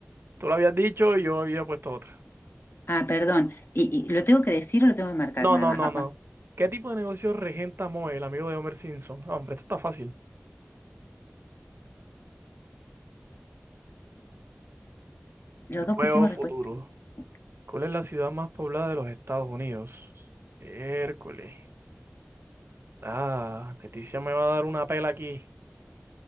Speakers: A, on the right; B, on the left.
A: tú lo habías dicho y yo había puesto otra.
B: Ah, perdón. ¿Y, y lo tengo que decir o lo tengo que marcar
A: No,
B: nada
A: no,
B: más?
A: no,
B: Va-
A: no.
B: va.
A: ¿Qué tipo de negocio regenta Moe, el amigo de Homer Simpson? No, hombre, esto está fácil.
B: Los
A: Nuevo
B: dos pusimos
A: futuro.
B: respuesta. Ok.
A: ¿Cuál es la ciudad más poblada de los Estados Unidos? Hércules. Ah, Leticia me va a dar una pela aquí.